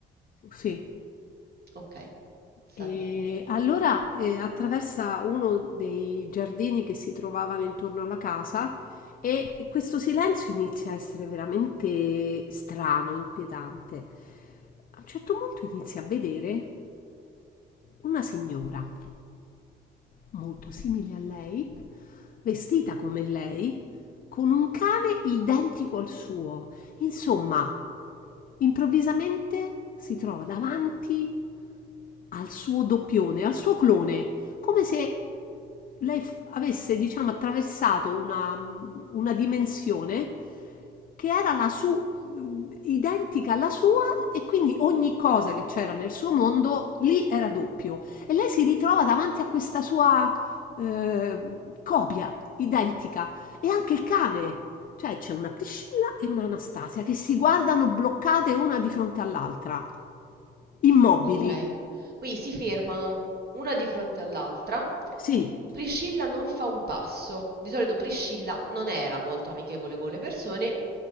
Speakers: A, on the left; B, on the right.
A: Sì,
B: Ok, sta
A: e
B: a te.
A: allora eh, attraversa uno dei giardini che si trovavano intorno alla casa e questo silenzio inizia a essere veramente strano, inquietante. A un certo punto inizia a vedere una signora. molto simile a lei, vestita come lei, con un cane identico al suo. Insomma, improvvisamente si trova davanti al suo doppione, al suo clone, come se lei f- avesse, diciamo, attraversato una, mm, una dimensione che era la su- identica alla sua e quindi ogni cosa che c'era nel suo mondo lì era doppio. E lei si ritrova davanti a questa sua eh, copia identica e anche il cane. Cioè c'è una Priscilla e una Anastasia che si guardano bloccate una di fronte all'altra, immobili.
B: Ok.
A: Ok.
B: Quindi si fermano una di fronte all'altra.
A: Sì,
B: Priscilla non fa un passo. Di solito Priscilla non era molto amichevole con le persone